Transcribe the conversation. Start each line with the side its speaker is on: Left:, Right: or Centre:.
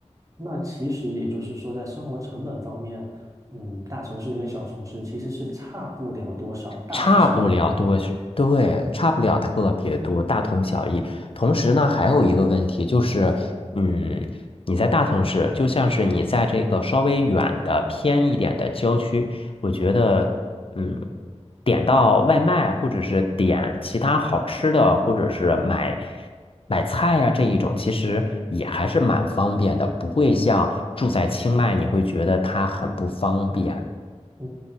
Right: 那其实也就是说，在生活成本方面，嗯，大城市跟小城市其实是差不了多少，大同小异，
Left: 差不了多是，对，差不了特别多，大同小异。同时呢，还有一个问题就是，嗯，你在大城市，就像是你在这个稍微远的偏一点的郊区，我觉得，嗯，点到外卖或者是点其他好吃的，或者是买买菜呀、这一种，其实也还是蛮方便的，不会像住在清迈，你会觉得它很不方便。
Right: 嗯，